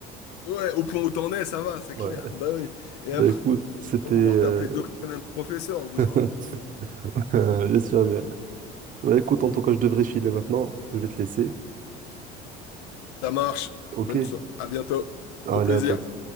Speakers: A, on the left (about 90°); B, on the right (about 40°).
A: ouais, au point où t'en es, ça va, c'est
B: Ouais,
A: clair. Bah oui. Et
B: bah
A: après,
B: écoute, c'était...
A: on va pouvoir
B: euh,
A: t'appeler docteur, même professeur au bout
B: <laughs>
A: d'un moment.
B: j'espère bien. Bah écoute, en tout cas, je devrais filer maintenant, je vais te laisser.
A: Ça marche.
B: Ok,
A: Bonne soirée. À bientôt.
B: allez
A: Au plaisir.
B: à toute.